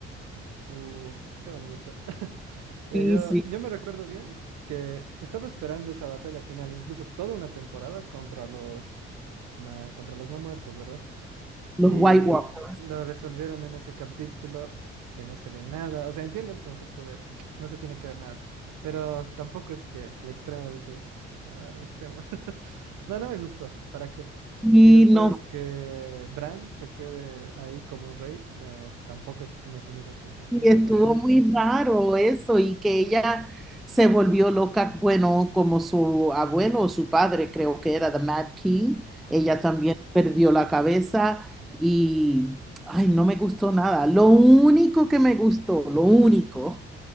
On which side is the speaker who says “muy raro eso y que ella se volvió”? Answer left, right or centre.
Centre